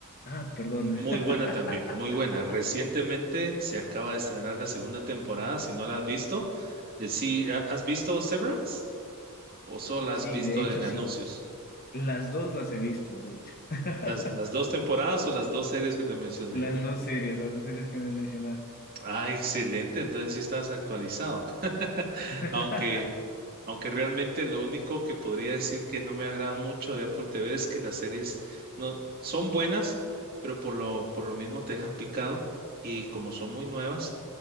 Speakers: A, on the left (about 40°); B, on the right (about 45°).
A: Ah, perdona. <laughs>
B: Muy buena también, muy buena. Recientemente se acaba de estrenar la segunda temporada, si no la has visto. eh, sí, ¿ha- ¿has visto Severance? ¿O solo la
A: Sí,
B: has visto
A: de hecho,
B: en anuncios?
A: sí. Las dos las he visto, de hecho. <laughs>
B: Las, las dos temporadas o las dos series que te mencioné.
A: Las dos series, las dos series que me mencionaste.
B: Ah, excelente, entonces sí estás actualizado. <laughs>
A: <laughs>
B: Aunque, aunque realmente lo único que podría decir que no me agrada mucho de Apple TV es que las series no son buenas, pero por lo, por lo mismo te dejan picado y como son muy nuevas